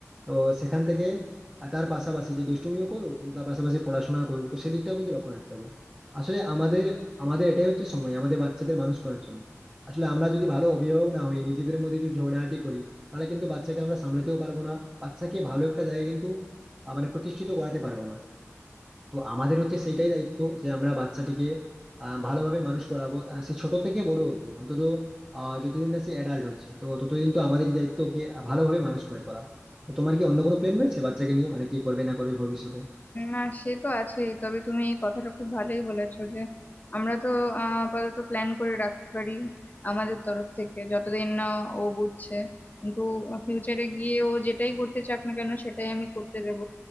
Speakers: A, on the right; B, on the left.
A: তো সেখান থেকে আর তার পাশাপাশি যে দুষ্টুমিও করুক কিন্তু তার পাশাপাশি পড়াশোনা করুক তো সেদিকটাও কিন্তু লক্ষ্য রাখতে হবে আসলে আমাদের আমাদের এটাই হচ্ছে সময় আমাদের বাচ্চাদের মানুষ করার জন্য আসলে আমরা যদি ভালো অভিভাবক না হই নিজেদের মধ্যে যদি ঝগড়াঝাটি করি তাহলে কিন্তু বাচ্চাকে আমরা সামলাতেও পারবো না বাচ্চাকে ভালো একটা জায়গায় কিন্তু আহ, মানে প্রতিষ্ঠিত করাতে পারবো না তো আমাদের হচ্ছে সেইটাই দায়িত্ব যে আমরা বাচ্চাটিকে আহ, ভালোভাবে মানুষ করাবো আহ, সে ছোট থেকে বড় অবধি অন্তত আহ, যতদিন না সে অ্যাডাল্ট হচ্ছে তো ততদিন তো আমাদেরই দায়িত্ব ওকে ভালোভাবে মানুষ করে তোলা তো তোমার কি অন্য কোনো প্ল্যান রয়েছে বাচ্চাকে নিয়ে মানে কি করবে না করবে ভবিষ্যতে
B: না সে তো আছেই তবে তুমি এই কথাটা খুব ভালোই বলেছো যে আমরা তো আহ, আপাতত প্ল্যান করে রাখতে পারি আমাদের তরফ থেকে যতদিন না ও বুঝছে কিন্তু ফিউচারে গিয়ে ও যেটাই করতে চাক না কেন সেটাই আমি করতে দেব